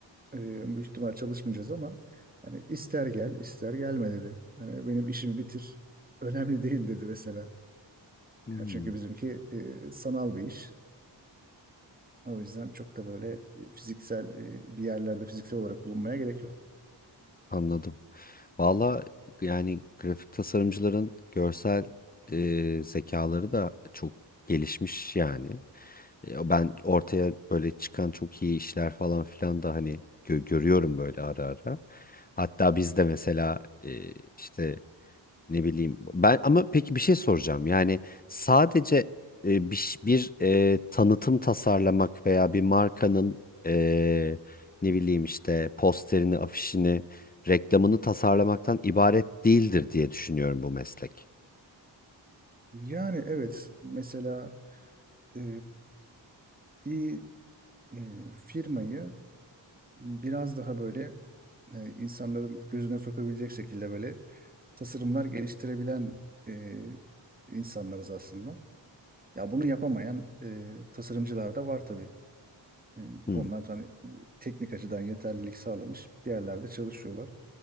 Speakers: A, on the right; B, on the left.
A: E, büyük ihtimal çalışmayacağız ama hani ister gel ister gelme dedi. yani benim işimi bitir. Önemli değil dedi mesela.
B: Hmm,
A: Yani çünkü bizimki e, sanal bir iş. O yüzden çok da böyle e, fiziksel e, bir yerlerde fiziksel olarak bulunmaya gerek yok.
B: anladım. Valla yani grafik tasarımcıların görsel e, zekaları da çok gelişmiş yani. E, ben ortaya böyle çıkan çok iyi işler falan filan da hani gö- görüyorum böyle ara ara. Hatta biz de mesela e, işte ne bileyim. Ben ama peki bir şey soracağım. Yani sadece e, bir, ş- bir e, tanıtım tasarlamak veya bir markanın e, ne bileyim işte posterini, afişini, reklamını tasarlamaktan ibaret değildir diye düşünüyorum bu meslek.
A: Yani evet mesela e, bir e, firmayı biraz daha böyle e, insanların gözüne sokabilecek şekilde böyle tasarımlar geliştirebilen e, insanlarız aslında. Ya bunu yapamayan e, tasarımcılar da var tabii. E, bunlar
B: Hmm,
A: hani teknik açıdan yeterlilik sağlamış bir yerlerde çalışıyorlar.